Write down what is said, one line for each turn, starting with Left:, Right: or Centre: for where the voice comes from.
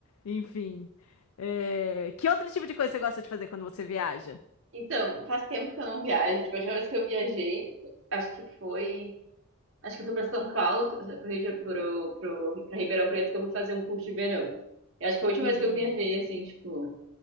Left: Enfim. É, Que outro tipo de coisa você gosta de fazer quando você viaja?
Right: Então, faz tempo que eu não viajo. Tipo, a última vez que eu viajei, acho que foi. Acho que eu fui pra São Paulo, pro, Rio de- pro, pro, pra Ribeirão Preto, que eu fui fazer um curso de verão. Eu acho que foi a última
Left: Hum,
Right: vez que eu viajei, assim, tipo.